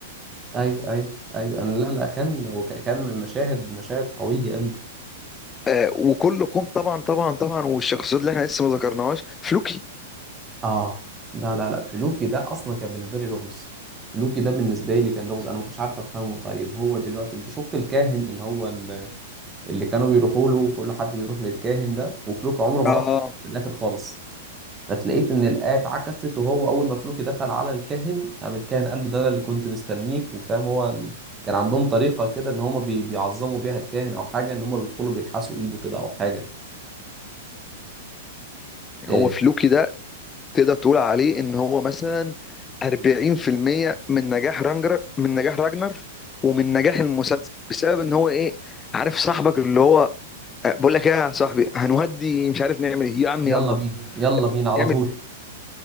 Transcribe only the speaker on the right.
ايوه ايوه ايوه انا لا لا كان هو ك- كان من مشاهد مشاهد قويه قوي
اه لا لا لا فلوكي ده اصلا كان بالنسبه لي لغز فلوكي ده بالنسبه لي كان لغز انا ما كنتش عارف افهمه طيب هو دلوقتي انت شفت الكاهن اللي هو ال- اللي كانوا بيروحوا له كل حد بيروح للكاهن ده وفلوكي عمره ما
راح في الاخر خالص فتلاقيت ان الايه اتعكست وهو اول ما فلوكي دخل على الكاهن قام الكاهن قال له ده أنا اللي كنت مستنيك وفاهم هو ال- كان عندهم طريقه كده ان هم بيعظموا بيها الكاهن او حاجه ان هم بيدخلوا بيلحسوا ايده كده او حاجه
إيه.
يلا
بينا يلا بينا على
طول